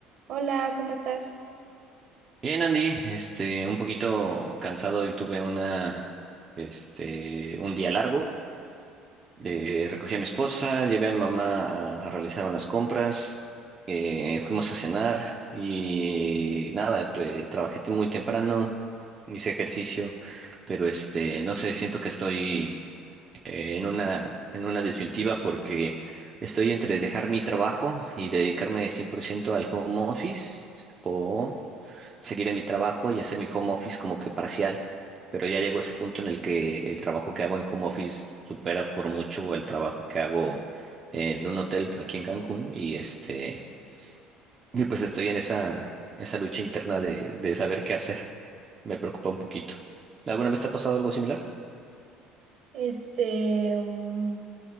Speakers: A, on the right; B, on the right.
A: Hola, ¿cómo estás?
B: Bien, Andy, este, un poquito cansado y tuve una, este, un día largo. Eh, recogí a mi esposa, llevé a mi mamá a, a realizar unas compras, eh, fuimos a cenar y nada, eh, trabajé muy temprano, hice ejercicio, pero este, no sé, siento que estoy eh, en una, en una disyuntiva porque estoy entre dejar mi trabajo y dedicarme 100% al home office o seguir en mi trabajo y hacer mi home office como que parcial. Pero ya llegó ese punto en el que el trabajo que hago en home office supera por mucho el trabajo que hago en un hotel aquí en Cancún y este, y pues estoy en esa, esa lucha interna de, de saber qué hacer. Me preocupa un poquito. ¿Alguna vez te ha pasado algo similar?
A: Este, mm,